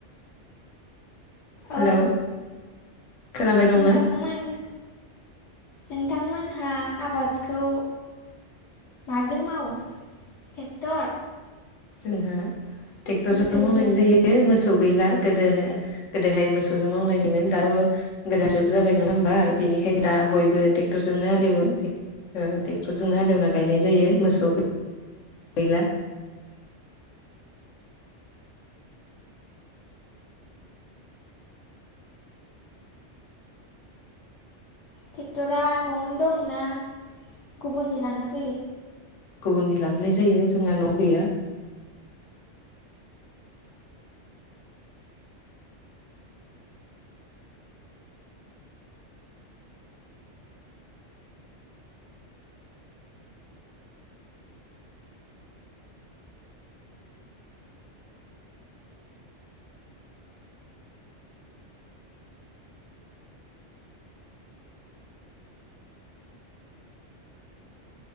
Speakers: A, on the left; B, on the left.
A: हेलौ,
B: औ
A: खोनाबाय दंना,
B: नोंथांमोन नोंथांमोनहा आबादखौ माजों मावो टेक्टर
A: जोंहा ट्रेक्टरजोंनो
B: मोसौजों
A: मावनाय जायो मोसौ गैला। गोदो गोदोहाय मोसौजों मावनाय जोमोन दाथ' गोदान जुग जाबाय नङा होमबा बेनिखायनो दा बयबो ट्रेक्टरजोंनो हालेवो ट्रेक्टरजोंनो हालेवना गायनाय जायो मोसौ गैला।
B: ट्रेक्टरा न'आवनो दंना गुबुननि लाना फैयो।
A: गुबुननि लाबोनाय जायो जोंहा न' गैया।